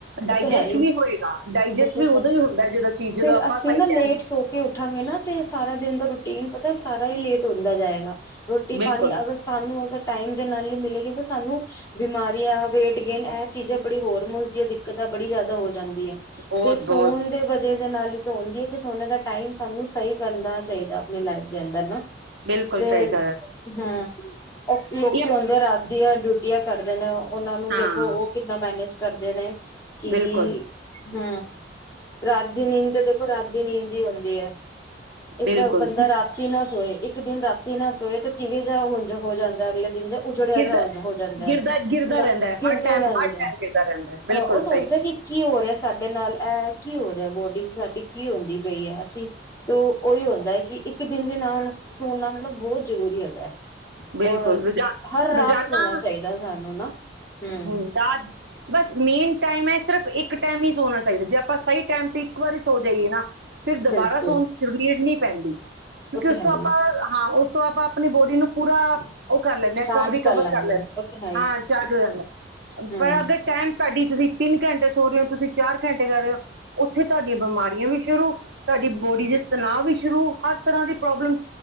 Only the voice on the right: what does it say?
ਡਾਈਜੈਸਟ
ਵੀ ਹੋਏਗਾ ਡਾਈਜੈਸਟ
ਵੀ
ਉਦੋਂ ਹੀ ਹੁੰਦਾ ਜਦੋਂ ਚੀਜ਼
ਜਦੋਂ ਆਪਾਂ
ਸਹੀ
ਟਾਈਮ
ਬਿਲਕੁਲ
ਬਹੁਤ
ਬਹੁਤ
ਬਿਲਕੁਲ
ਸਹੀ ਗੱਲ ਹੈ
ਯਪ
ਹਾਂ
ਬਿਲਕੁਲ
ਬਿਲਕੁਲ
ਗਿਰਦਾ
ਗਿਰਦਾ ਗਿਰਦਾ ਰਹਿੰਦਾ ਹੈ
ਹਰ ਟਾਈਮ
ਹਰ ਟਮ ਗਿਰਦਾ ਰਹਿੰਦਾ ਬਿਲਕੁਲ
ਸਹੀ ਗੱਲ।
ਬਿਲਕੁਲ
ਰੋਾਨ
ਰੋਜ਼ਾਨਾ
ਹਮ ਬਸ ਮੇਨ ਟਾਈਮ ਹੈ ਸਿਰਫ ਇੱਕ ਟਾਈਮ ਹੀ ਸੋਣਾ ਚਾਹੀਦਾ ਜੇ ਆਪਾਂ ਸਹੀ ਟਾਈਮ ਤੇ ਇੱਕ ਵਾਰੀ ਸੋ ਜਾਈਏ ਨਾ ਫਿਰ ਦੁਬਾਰਾ
ਸੋਣ ਦੀ ਨੀਡ ਨਹੀ ਪੈਂਦੀ ਕਿਉਂਕਿ
ਉਸ
ਤੋਂ
ਆਪਾਂ ਹਾਂ ਉਸ ਤੋਂ ਆਪਾਂ ਆਪਣੀ ਬੋਡੀ ਨੂੰ ਪੂਰਾ ਉਹ ਕਰ ਲੈਂਦੇ ਹਾਂ
ਕਵਰੀ ਕਵਰ
ਕਰ ਲੈਂਦੇ
ਹਾਂ ਚਾਰਜ ਹੋ ਜਾਂਦਾ
ਪਰ ਅਗਰ ਟਾਈਮ ਤੁਹਾਡੀ ਤੁਸੀਂ ਤਿੰਨ ਘੰਟੇ ਸੋ ਰਹੇ ਹੋ ਤੁਸੀਂ ਚਾਰ ਘੰਟੇ ਕਰ ਰਹੇ ਹੋ ਉੱਥੇ ਤੁਹਾਡੀਆਂ ਬਿਮਾਰੀਆਂ ਵੀ ਸ਼ੁਰੂ ਤੁਹਾਡੀ ਬੋਡੀ ਦੇ ਤਣਾਅ ਵੀ ਸ਼ੁਰੂ ਹਰ ਤਰ੍ਹਾਂ ਦੀ ਪ੍ਰੋਬਲਮ